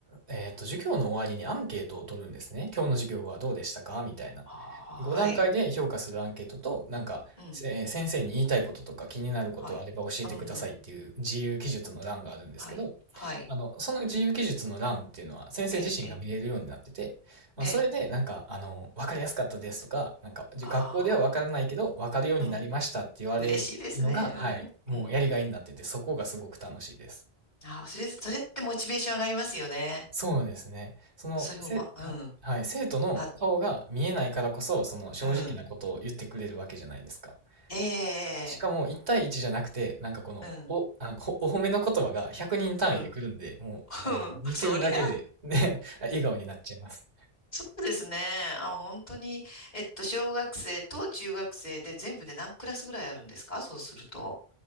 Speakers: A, on the right; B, on the left.
A: えっと、授業の終わりにアンケートを取るんですね。今日の授業はどうでしたかみたいな。
B: はーい。
A: 5段階で評価するアンケートと、なんか、
B: うん。
A: えー先生に言いたいこととか気になることあれば教えてくださいっていう自由記述の欄があるんですけど、
B: はい。うん。はい。はい。
A: あの、その自由記述の欄っていうのは先生自身が見れるようになってて、
B: ええ、ええ、
A: まあ、
B: ええ。
A: それで、なんか、あの、わかりやすかったですとか、なんか、じ学校ではわからないけど、
B: あ
A: わかるようになりましたって言われるのが、
B: あ、うん。嬉しいですね。
A: はい、もうやりがいになってて、
B: うん。うん。
A: そこがすごく楽しいです。
B: ああ、それ、それってモチベーション上がりますよね。
A: そうですね。その、
B: それも、
A: せ、
B: ま、うん。
A: ははい、生徒の顔が見えないからこそ、
B: あ、
A: その正直なことを言ってくれるわけじゃないですか。
B: うん。ええ、
A: しかも、1対1じゃなくて、なんかこの、
B: うん。
A: お、あの、おお褒めの言葉が100人単位で来るんで、
B: うん。
A: もう、
B: <laughs>
A: あの、見てるだけで、
B: そりゃ、
A: ね、<laughs> 笑顔になっちゃいます。
B: そうですね。あ、本当に、えっと、小学生と中学生で全部で何クラスぐらいあるんですかそうすると、